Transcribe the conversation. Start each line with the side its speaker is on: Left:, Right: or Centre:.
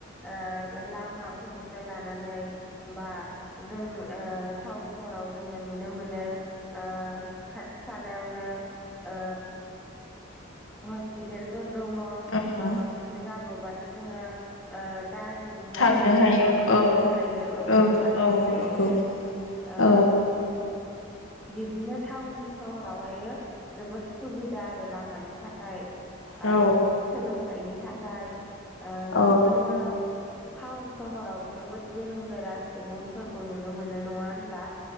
Centre: ओ लामाफोरनिफ्राय लानानै बा जों ओ टाउन सहराव जोङो नुनो मोनो ओ खा थि खालायावनो ओ हस्पिटेलफोर दङ
Left: औ
Centre: माबा मोनसे जाब्र'बानो जोङो ओ गारिजोंनो
Left: थांनो
Centre: डाइरेक्ट
Left: हायो
Centre: लांब्रबनो
Left: औ
Centre: हायो औ थांनो
Left: औ
Centre: हायो।
Left: नंगौ
Centre: ओ
Left: औ
Centre: बिब्दिनो टाउन सहरावहायो जोबोद सुबिदा आरो लामानि थाखाय आरो
Left: औ
Centre: सोलोंथाइनि थाखाय ओ
Left: औ
Centre: जोङो टाउन सहराव जोबोद गोरों गोरा सुबुंफोरखौ नुनो मोनो नङा होनब्ला?